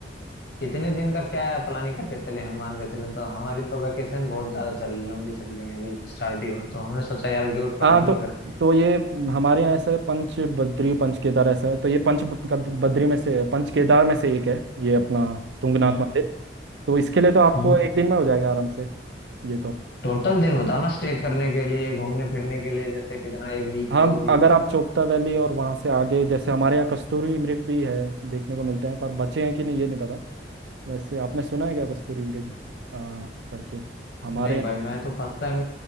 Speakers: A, on the left; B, on the right.
A: कितने दिन का क्या प्लानिंग करके चले हम मान के चले तो हमारी तो वैकेशन बहुत ज्यादा चल लंबी चल रही है अभी स्टार्ट ही हुआ तो हमने सोचा यार उसके ऊपर प्लानिंग
B: हाँ तो
A: ही करते हैं
B: तो ये हमारे यहाँ ऐसा है पंच बद्री पंच केदार ऐसा है तो ये पंच ब- कद- बद्री में से पंच केदार में से एक है ये अपना तुंगनाथ
A: हम्म
B: मंदिर तो इसके लिए तो आपको
A: हम्म
B: एक दिन में हो जाएगा आराम से ये तो
A: टोटल दिन बताओ ना स्टे करने के लिए घूमने फिरने के लिए जैसे कितना एक वीक
B: हाँ
A: दो
B: अगर
A: वीक
B: आप चोपता वैली और वहाँ से आगे जैसे हमारे यहाँ कस्तूरी मृग भी है देखने को मिलते हैं पर बचे हैं कि नहीं ये नहीं पता वैसे आपने सुना है क्या कस्तूरी मृग आ, करके हमारे
A: नहीं
B: यहाँ
A: भाई मैं तो फर्स्ट टाइम